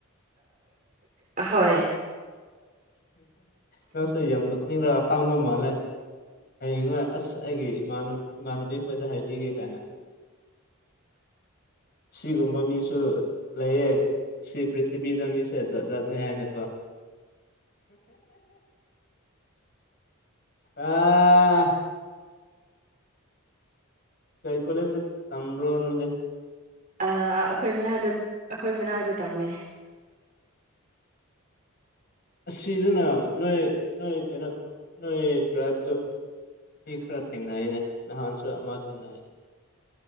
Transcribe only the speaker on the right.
ꯍꯣꯏ
ꯑ ꯑꯩꯈꯣꯏ ꯃꯅꯥꯛꯇ ꯑꯩꯈꯣꯏ ꯃꯅꯥꯛꯇ ꯇꯝꯃꯦ